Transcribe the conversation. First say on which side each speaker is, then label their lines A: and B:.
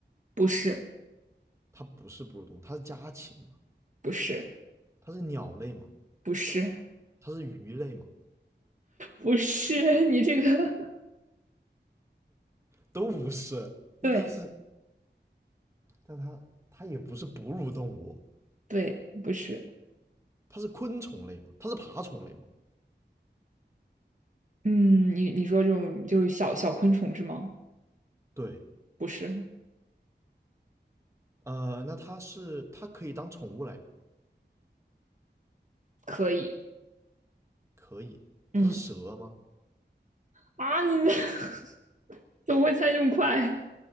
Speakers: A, on the right; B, on the right.
A: 不是，
B: 它不是哺乳动物，它是家禽吗？
A: 不是，
B: 它是鸟类吗？
A: 不是，
B: 它是鱼类吗？
A: 不是，你这个
B: 都不是。那它是，
A: <laughs> 对
B: 但它它也不是哺乳动物，
A: 对，不是。
B: 它是昆虫类嘛，它是爬虫类嘛。
A: 嗯，你你说这种就是小小昆虫是吗？
B: 对，
A: 不是，
B: 呃，那它是它可以当宠物来，
A: 可以。
B: 可以。
A: 嗯
B: 它是蛇吗？
A: 啊，你 <laughs> 怎么会猜这么快？